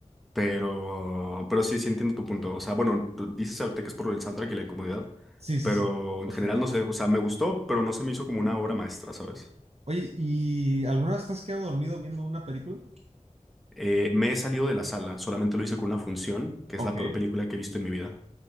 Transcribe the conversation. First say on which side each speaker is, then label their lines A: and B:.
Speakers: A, in the centre; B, on the right (about 55°).
A: pero, pero sí, sí entiendo tu punto. O sea, bueno, tú dices ahorita que es por el soundtrack y la incomodidad,
B: sí, sí,
A: pero
B: sí,
A: en
B: más
A: general
B: que nada.
A: no sé, o sea, me gustó, pero no se me hizo como una obra maestra, ¿sabes?
B: Oye, ¿y alguna vez te has quedado dormido viendo una película?
A: Eh, me he salido de la sala, solamente lo hice con una función, que
B: Ok,
A: es la peor película que he visto en mi vida.